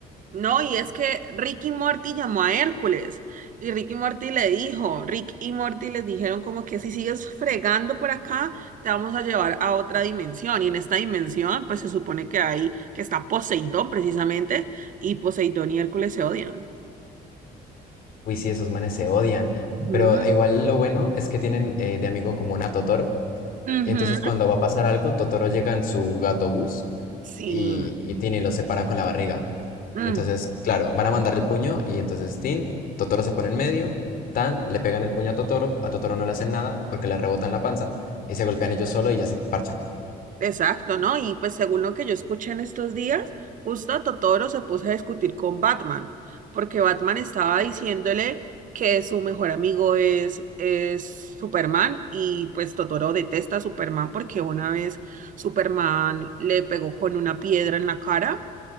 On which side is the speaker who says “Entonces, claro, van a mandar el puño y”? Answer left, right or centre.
Left